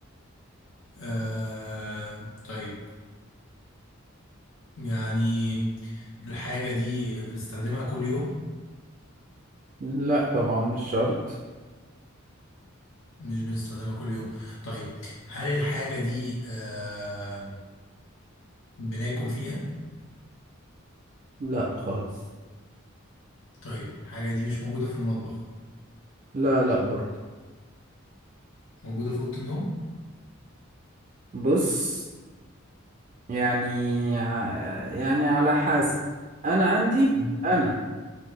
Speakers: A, on the left; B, on the right.
A: آه طيب يعني الحاجة دي بنستخدمها كل يوم
B: لا طبعا مش شرط
A: مش بنستخدمها كل يوم طيب هل الحاجة دي آه بناكل فيها
B: لا خالص
A: طيب الحاجة دي مش موجودة في المطبخ
B: لا لا برضه
A: موجودة في أوضة النوم
B: بص يعني ع- يعني على حسب انا عندي
A: مم.
B: انا